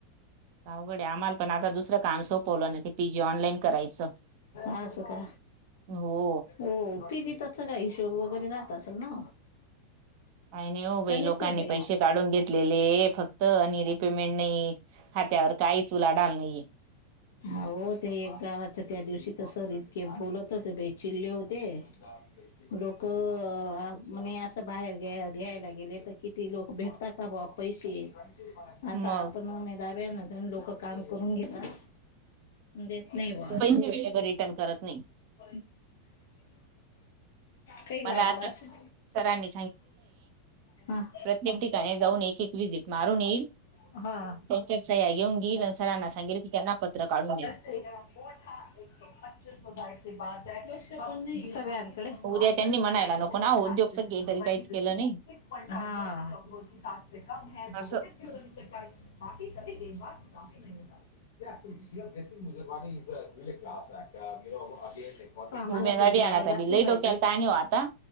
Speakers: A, on the right; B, on the left.
A: अवघड आहे आम्हाला पण आता दुसरं काम सोपवलं ना ते पीजी ऑनलाईन करायचं
B: <unintelligible> असं का?
A: हो
B: हो, पीजी तच सगळा हिशोब वगैरे राहत असेल ना?
A: काही नाही हो बाई
B: का नसते
A: लोकांनी
B: बाहेर?
A: पैसे काढून घेतलेले हे फक्त आणि रिपेमेंट नाही. खात्यावर काहीच उलाढाल नाही.
B: आहो.. ते एक गावाचं त्या दिवशी ते सर इतके बोलत होते बाई चिडले होते. <unintelligible> लोकं हा म्हणे असं बाहेर घ्यायला गेले तर, किती लोकं भेटतात? का बुवा पैसे असा
A: मग
B: आपणहून <unintelligible> लोकं काम करून घेतात. देत नाही. बा
A: पैसे वेळेवर रिटर्न करत नाही.
B: <inaudible> काही
A: मला
B: लागलं
A: आता
B: असण.
A: सरांनी
B: हा <unintelligible>
A: एकम ठिकाणी जाऊन एक एक व्हिजिट मारून येईल.
B: हा
A: त्यांच्या सह्या घेऊन गेईल सरांना सांगेल की त्यांना पत्र काढून देईल.
B: <inaudible> <unintelligible> <inaudible> कम
A: उद्या त्यांनी म्हणायला नको ना उद्योग
B: है
A: सगळे तरी काहीच केलं नाही
B: दोगटे बाकी
A: असं
B: की <unintelligible> <inaudible> आम्हाला
A: उमेदा
B: पण
A: बियाणाचा
B: द्याव लागतील
A: बी लई
B: बाई
A: डोक्याला
B: भेट
A: ताण हो आता